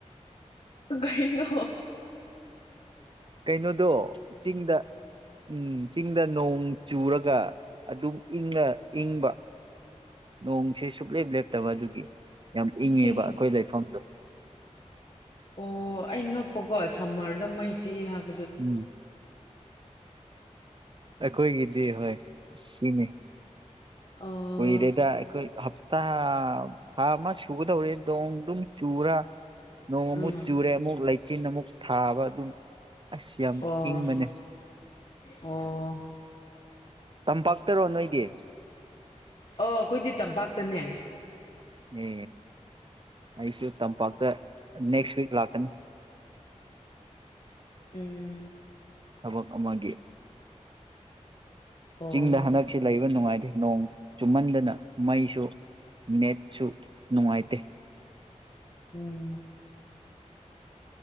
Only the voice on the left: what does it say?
ꯀꯅ
ꯆꯤꯡ
ꯑꯣ ꯑꯩ ꯉꯛꯄꯀꯣ ꯁꯝꯃꯔꯗꯣ ꯃꯩꯇꯩꯤ ꯍꯥꯏꯕ
ꯑꯣ
ꯎꯝ
ꯑꯣ
ꯑꯣ
ꯑꯣ ꯑꯩꯈꯣꯏꯗꯤ ꯇꯝꯄꯥꯛꯇꯅꯦ
ꯎꯝ
ꯑꯣ
ꯎꯝ